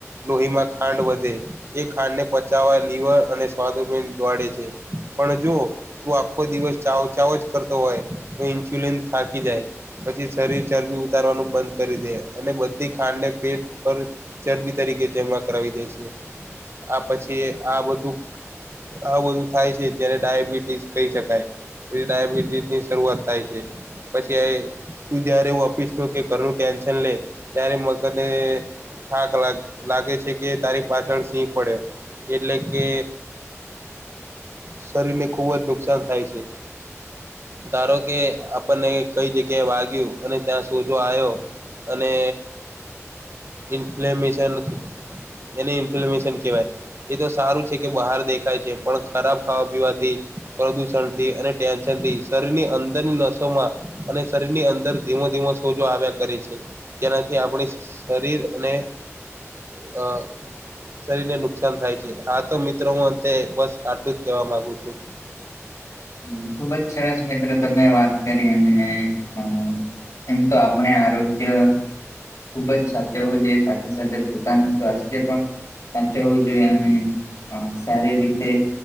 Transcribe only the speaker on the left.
હ ખુબ જ સરસ મિત્ર તમે વાત કરી અને અ એમ તો આપણે આરોગ્ય ખુબ જ સાચવવું જોઈએ સાથે એ સાથે પોતાનું સ્વાસ્થ્ય પણ. સાચવવું જોઈએ, અને અ સારી રીતે